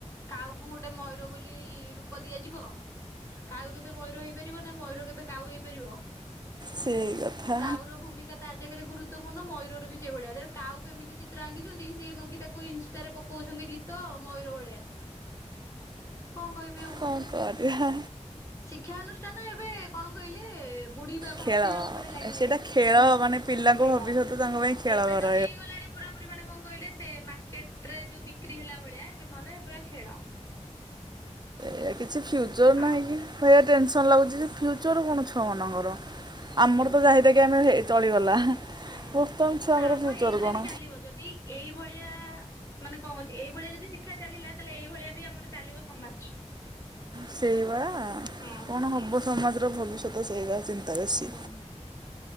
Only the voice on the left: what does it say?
କାଉକୁ ଗୋଟେ ମୟୂର ବୋଲି ରୂପ ଦିଆଯିବ କାଉ କେବେ ମୟୂର ହେଇ ନା ମୟୂର କେବେ କାଉ ହେଇପାରିବ
କାଉର ଭୂମିକା ତା ଜାଗାରେ ଗୁରୁ୍ତ୍ୱପୂର୍ଣ୍ଣ ମୟୂରରୁ ବି ସେଇ ଭଳିଆରେ କାଉକୁ ଏମତିି ଚିତ୍ର ଆଙ୍କିଛନ୍ତି ସେ ନୁହଁକି ତାକୁ ଇନ୍ଷ୍ଟାରେ କହୁଛନ୍ତି ଗୀତ ମୟୂର ଭଳିଆ କଣ କହିବି ଆଉ।
ଶିକ୍ଷା ଅନୁଷ୍ଠାନ ଏବେ କଣ କହିଲେ ବୁଡ଼ିବା ଭାସିବା
ଉପରେ ଲାଗିଲାଣି
ହୁଁ
ଖେଳ
ଏବେ
ତ ହେଇଗଲାଣି ପୁରା ପୁରୀ ମାନେ କଣ କହିଲ ସେ ମାର୍କେଟ ରେ ଯୋଉ ବିକ୍ରି ହେଲା ଭଳିଆ ନହେଲେ ପୁରା ଖେଳ।
ଆଉ
ହୁଁ
ହୁଁ
ନା ଆମ
ଏଇଥରେ
ବି ଚାଲିବ ଯଦି ଏଇଭଳିଆ ମାନେ କଣ ହଉଛି ଏଇଭଳିଆ ଯଦି ଶିକ୍ଷା ଚାଲିଲା ତାହେଲେ ଏଇଭଳିଆ ବି ଆମର ଚାଲିବ ସମାଜ।
ହଁ
ହଁ